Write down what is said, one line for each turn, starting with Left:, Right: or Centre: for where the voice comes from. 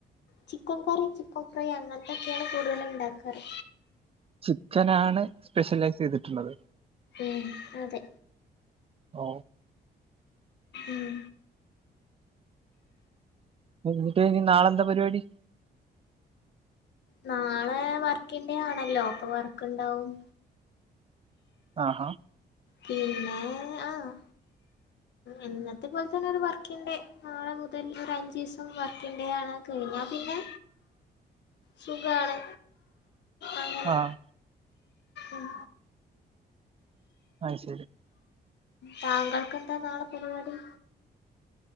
Left: ചിക്കൻകറി ചിക്കൻഫ്രൈ അങ്ങൻത്തൊക്കേണ് കൂടുതലും ണ്ടാക്കാറ്
Right: ചിക്കനാണ് സ്പെഷ്യലൈസെയ്തിട്ട്ള്ളത്
Left: ഉം അതെ
Right: ഓ
Left: ഉം
Right: എന്നിട്ട് ഇനി നാളെന്തപരിവാടി
Left: നാളെ വർക്കിങ്ഡേ ആണല്ലോ അപ്പൊ വർക്ണ്ടാവും.
Right: ആഹാ
Left: പിന്നെ ആഹ് എന്നത്തെ പോൽതന്നെ ഒരു വർക്കിങ്ഡേ നാളെ മുതൽ ഒരു അഞ്ചു ദിവസം വർക്കിങ് ഡേ ആണ് കഴിഞ്ഞ പിന്നെ സുഖാണ് അങ്ങനെ
Right: ആഹ്
Left: ഉം
Right: അത് ശരി
Left: താങ്കൾക്കെന്താ നാളെ പരിപാടി